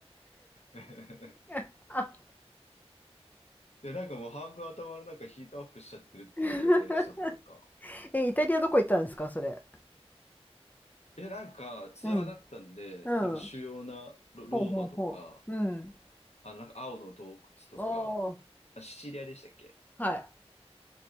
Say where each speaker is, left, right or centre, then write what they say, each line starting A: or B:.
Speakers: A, on the left (about 80°); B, on the left (about 15°).
A: <laughs>
B: <laughs> あ
A: いや、なんかもう半分頭の中ヒートアップしちゃってるっていう状態でしたもん、
B: <laughs>
A: なんか。
B: え、イタリアどこ行ったんですか、それ。
A: いや、なんかツアーだったんで、
B: うん。うん。
A: なんか主要なロローマとか、
B: ほうほうほう。うん。
A: あの、なんか青の洞窟とか、
B: おー、
A: あシチリアでしたっけ
B: はい。